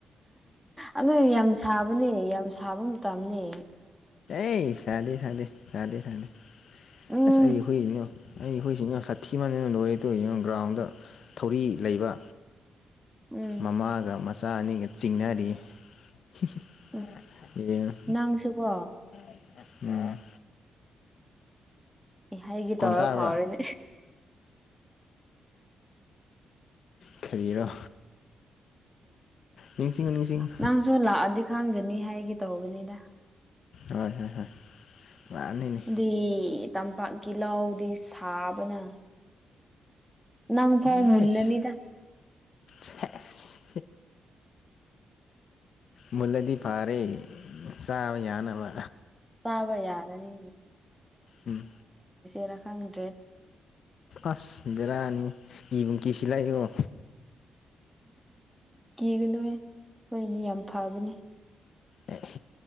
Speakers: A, in the centre; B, on the left.
A: ꯑꯗꯨ ꯌꯥꯝ ꯁꯥꯕꯅꯦ ꯌꯥꯝ ꯁꯥꯕ ꯃꯇꯝꯅꯤ
B: ꯑꯦ ꯁꯥꯗꯦ ꯁꯥꯗꯦ ꯁꯥꯗꯦ ꯁꯥꯗꯦ
A: ꯎꯝ
B: ꯑꯁ ꯑꯩ ꯍꯨꯢ ꯑꯩ ꯍꯨꯏꯁꯤ ꯊꯤꯃꯟꯗꯅ ꯂꯣꯏꯔꯦ ꯇꯨ ꯌꯦꯡꯉꯣ ꯒ꯭ꯔꯥꯎꯟꯗ ꯊꯧꯔꯤ ꯂꯩꯕ
A: ꯎꯝ
B: ꯃꯃꯥꯒ ꯃꯆꯥ ꯑꯅꯤꯒ ꯆꯤꯡꯅꯔꯤ ꯍꯨ
A: ꯎꯝ
B: ꯍꯨ ꯌꯦꯡꯂꯣ
A: ꯅꯪꯁꯨꯀꯣ
B: ꯑꯣ
A: ꯑꯩ ꯍꯥꯢꯒꯦ ꯇꯧꯔꯒ
B: ꯇꯥꯕ꯭ꯔꯥ
A: ꯀꯥꯎꯔꯅꯦ
B: ꯀꯔꯤꯔꯣ ꯅꯤꯡꯁꯤꯡꯉꯨ ꯅꯤꯡꯁꯤꯡꯉꯨ
A: ꯅꯪꯁꯨ ꯂꯥꯛꯑꯗꯤ ꯈꯪꯒꯅꯤ ꯍꯥꯏꯒꯦ ꯇꯧꯕꯅꯤꯗ
B: ꯍꯣꯏ ꯍꯣꯏ ꯍꯣꯏ ꯃꯥꯅꯤꯅꯦ
A: ꯍꯥꯏꯗꯤ ꯇꯝꯄꯥꯛ ꯀꯤ ꯂꯧꯗꯤ ꯁꯥꯕꯅ ꯅꯪ ꯐꯥꯎ
B: ꯑꯩꯁ
A: ꯃꯨꯜꯂꯅꯤꯗ
B: ꯁꯦꯁ ꯃꯨꯜꯂꯗꯤ ꯐꯥꯔꯦ ꯆꯥꯕ ꯌꯥꯅꯕ
A: ꯆꯥꯕ ꯌꯥꯔꯅꯤ
B: ꯎꯝ
A: ꯅ ꯈꯪ
B: ꯑꯁ ꯕꯦꯔꯥꯅꯤ ꯀꯤꯕꯨ ꯀꯦꯁꯤꯜꯂꯛꯑꯦꯀꯣ
A: ꯀꯤꯒꯅꯣꯍꯦ ꯈꯣꯏꯗꯤ ꯌꯥꯝ ꯐꯕꯅꯦ
B: ꯑꯦ